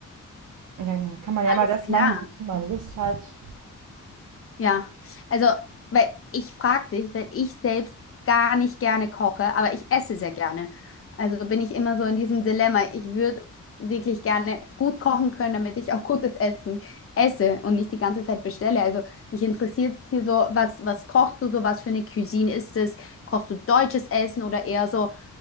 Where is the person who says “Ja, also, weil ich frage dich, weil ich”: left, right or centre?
Left